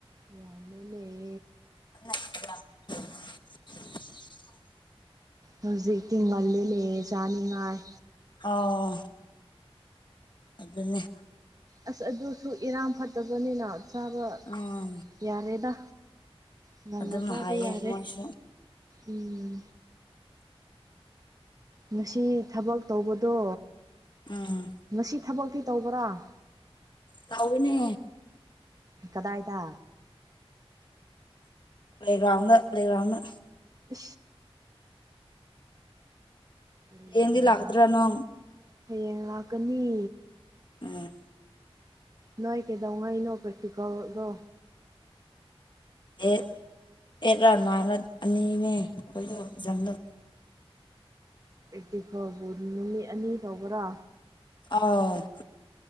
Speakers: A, on the right; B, on the left.
A: ꯌꯥꯝꯃꯦꯟꯅ ꯂꯩ
B: ꯑ
A: ꯍꯧꯖꯤꯛꯇꯤ ꯉꯜꯂꯂꯦ ꯆꯥꯅꯤꯡꯉꯥꯏ
B: ꯑꯣ ꯑꯗꯨꯗꯅꯦ
A: ꯑꯁ ꯑꯗꯨꯁꯨ ꯏꯔꯥꯡ ꯐꯠꯇꯕꯅꯤꯅ ꯆꯥꯕ
B: ꯎꯝ
A: ꯌꯥꯔꯦꯗ ꯉꯟꯅ
B: ꯑꯗꯨꯝ
A: ꯆꯕꯩ
B: ꯍꯥꯏꯌꯦ
A: ꯌꯥꯔꯦ
B: ꯃꯣꯏꯁꯨ
A: ꯎꯝ ꯉꯁꯤ ꯊꯕꯛ ꯇꯧꯕꯗꯣ
B: ꯎꯝ
A: ꯉꯁꯤ ꯊꯕꯛꯇꯤ ꯇꯧꯕ꯭ꯔꯥ
B: ꯇꯎꯅꯦ
A: ꯀꯗꯥꯏꯗ
B: ꯂꯩꯒ꯭ꯔꯥꯎꯗ ꯂꯩ ꯂꯩꯒ꯭ꯔꯥꯎꯅ
A: ꯎ ꯀꯔꯤꯗꯔꯥ
B: ꯑꯦꯗꯤ ꯂꯥꯛꯗꯔꯅꯣ
A: ꯍꯌꯦꯡ ꯂꯥꯛꯀꯅꯤ
B: ꯎꯝ
A: ꯅꯥꯏ ꯀꯗꯣꯡꯉꯥꯏ ꯏꯩꯅꯣ ꯄ꯭ꯔꯀꯇꯤꯀꯦꯜꯗ
B: ꯑꯦꯠ ꯑꯦꯠꯂ ꯅꯥꯏꯟꯔ ꯑꯅꯤꯅꯦ ꯑꯩꯈꯣꯏꯗꯣ ꯐꯖꯟꯗꯣ
A: ꯑꯩꯤ ꯐꯥꯎꯕꯨ ꯅꯨꯃꯤꯠ ꯑꯅꯤ ꯇꯧꯕ꯭ꯔꯥ
B: ꯑ